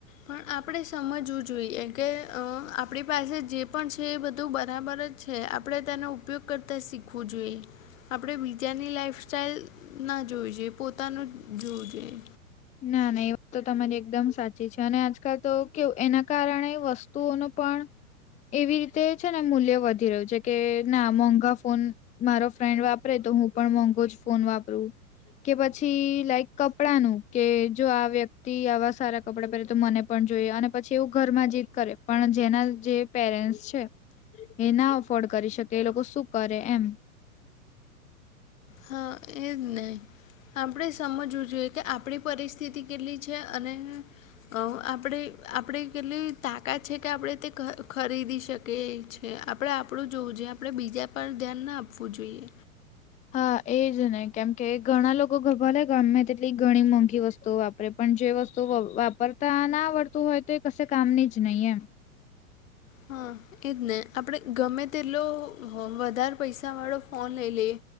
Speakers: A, on the left; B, on the left.
A: પણ આપડે સમજવું જોઈએ કે અ આપડી પાસે જે પણ છે એ બધું બરાબર જ છે. આપડે તેનો ઉપયોગ કરતા શીખવું જોઈએ. આપડે બીજાની લાઈફસ્ટાઈલ ના જોવી જોઈએ, પોતાનું જ જોવું જોઈએ.
B: ના, ના એ વાત તો તમારી એકદમ સાચી છે. અને આજકાલ તો કેવું એના કારણે વસ્તુઓનું પણ એવી રીતે છે ને મૂલ્ય વધી રહ્યું છે કે ના મોંઘા ફોન મારો ફ્રેન્ડ વાપરે તો હું પણ મોંઘો જ ફોન વાપરું. કે પછી લાઈક કપડાનું કે જો આ વ્યક્તિ આવા સારા કપડાં પહેરે તો મને પણ જોઈએ અને પછી એવું ઘરમાં જીદ કરે. પણ જેના જે પેરેન્ટ્સ છે એ ના અફોર્ડ કરી શકે એ લોકો શું કરે? એમ.
A: હન, એ જ ને. આપડે સમજવું જોઈએ કે આપડી પરિસ્થિતિ કેટલી છે અને અ આપડે આપડે કેટલી તાકાત છે કે આપડે તે ખ-ખરીદી શકે છે. એ આપડે આપડુ જોવું જોઈએ, આપડે બીજા પર ધ્યાન ના આપવું જોઈએ.
B: હા એજ ને કેમકે ઘણા લોકો ગ ભલે ગમે તેટલી ઘણી મોંઘી વસ્તુઓ વેપાર પણ જે વસ્તુ વાપરતા ના આવડતું હોય તો એ કશે કામની જ નહીં એમ.
A: હા એ જ ને આપણે ગમે તેટલો વધારે પૈસાવાળો ફોન લઈ લઈએ